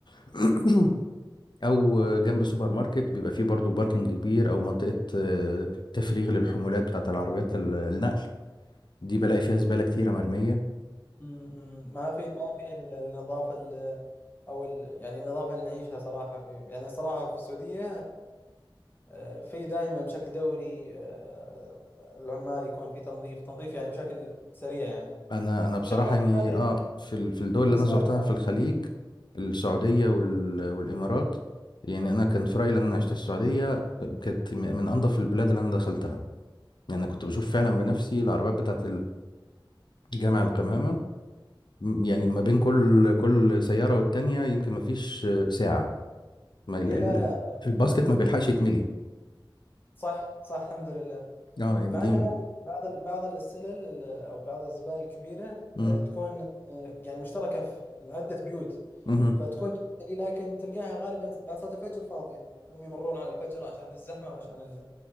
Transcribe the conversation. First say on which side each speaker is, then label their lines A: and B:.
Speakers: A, on the left; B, on the left.
A: <clears throat> او جنب سوبر ماركت بيبقى فيه برضو باركنج كبير او منطقه آه، تفريغ للحمولات بتاعت العربيات ال- النقل دي بلاقي فيها زباله كتيره مرميه
B: مم. ما في ما في ال- النظافة ال- أو ال يعني النظافة اللي نعيشها صراحة في يعني صراحة في السعودية آه، في دائما بشكل دوري آه، العمال يكون في تنظيف تنظيف يعني بشكل سريع يعني
A: انا انا
B: وبشكل
A: بصراحه
B: عام
A: يعني
B: هذا
A: اه في ال- في الدول
B: من
A: اللي
B: الإسلام
A: انا زرتها
B: بعد
A: في الخليج السعوديه
B: مم.
A: وال والامارات يعني انا كان في رايي لان انا عشت في السعوديه كانت م- من انظف البلاد اللي انا دخلتها يعني انا كنت بشوف فعلا بنفسي العربيات بتاعه الجامع القمامه م- يعني
B: مم.
A: ما بين كل كل سياره والتانيه يمكن ما فيش آه، ساعه ما ال
B: إي
A: ال
B: لا لا
A: ال- الباسكت ما بيلحقش يتملي
B: صح صح الحمد لله
A: اه يعني
B: مع
A: دي
B: ان بعض بعض ال- بعض السلل ال- او بعض الزبائن الكبيره
A: مم.
B: آه، تكون آه، يعني مشتركه في عده بيوت
A: مهم.
B: فتكون تمتلي لكن تلقاها غالبا بعد صلاه الفجر فاضيه هم يمرون على الفجر عشان الزحمه وعشان ال-